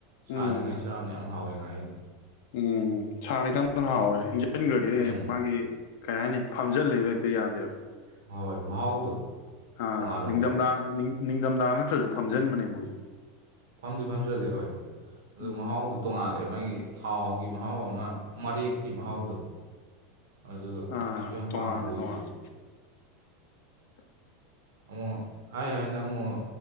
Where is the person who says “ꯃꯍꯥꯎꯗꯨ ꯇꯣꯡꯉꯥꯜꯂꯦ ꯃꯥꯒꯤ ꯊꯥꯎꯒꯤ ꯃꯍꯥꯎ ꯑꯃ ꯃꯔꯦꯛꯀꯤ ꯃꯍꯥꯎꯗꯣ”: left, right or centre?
Right